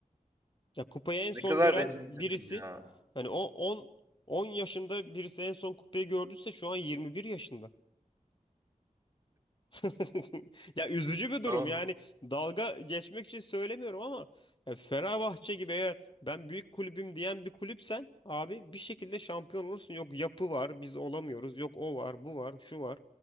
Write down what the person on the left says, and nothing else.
Ya kupayı en son
gören
birisi
hani o 10 10 yaşında birisi en son kupayı gördüyse şu an 21 yaşında. <laughs> Ya üzücü bir durum.
Yani dalga geçmek için söylemiyorum ama ya Fenerbahçe gibi eğer ben büyük kulübüm diyen bir kulüpsen abi bir şekilde şampiyon olursun. Yok yapı var, biz olamıyoruz. Yok o var, bu var, şu var.